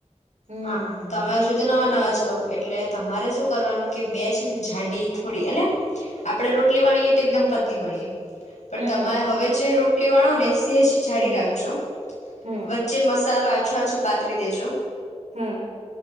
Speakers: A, on the right (about 70°); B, on the left (about 80°).
A: હમ
B: હા
A: હમ
B: તમે હજુ તો નવા નવા. એટલે તમારે શું કરવાનું કે બે છે ને જાડી થોડી એટલે આપડણે રોટલી વાણીએ તો એકદમ પતલી વાણીએ. પણ
A: હમ
B: તમારે
A: હમ
B: હવે જે રો. વણો ને સેજ જાડી
A: હમ
B: રાખજો
A: હમ
B: વચ્ચે મસાલો આછો આછો પાતરી દેજો.
A: હ